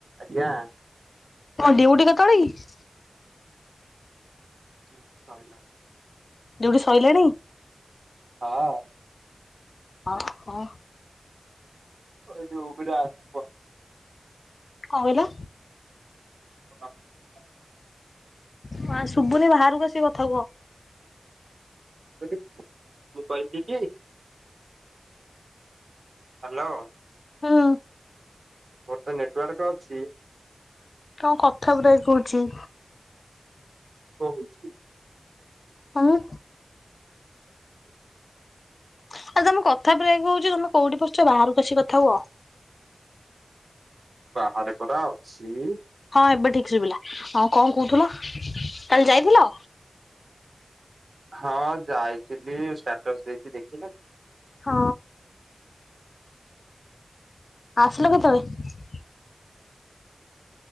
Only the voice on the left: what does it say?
ତମ ଡିଉଟି କେତେବେଳେ କି?
ଡିଉଟି ସାରିଲାଣି।
ଓହୋ।
କଣ କହିଲ?
ହଁ ଶୁଭୁନି ବାହାରକୁ ଆସି କଥା କୁହ?
ହଁ।
ତମ କଥା ବ୍ରେକ୍ ହଉଛି।
ମାନେ? କହିଲି ତମ କଥା ବ୍ରେକ୍ ହଉଚି ତମେ କୋଉଠି ପସିଛ ବାହାରକୁ ଆସିକି କଥା ହୁଅ?
ହଁ ଏବେ ଠିକ ଶୁଭିଲା ହଁ କଣ କହୁଥିଲ କାଲି ଯାଇଥିଲ?
ହଁ। ଆସିଲ କେତେବେଳେ?